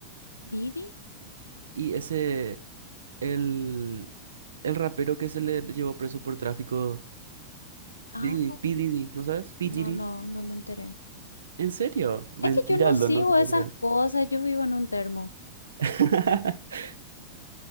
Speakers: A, on the left; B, on the right.
A: ¿Didi?
B: Y ese, el, el rapero que se le llevó preso por tráfico,
A: Ah,
B: Didi, P.
A: no.
B: Didi, ¿no sabes? P.
A: No,
B: Diddy.
A: no, no me enteré.
B: ¿En serio? Mentira,
A: Es que yo no
B: lo
A: sigo
B: no te puedo
A: esas
B: creer.
A: cosas, yo vivo en un termo.
B: <laughs>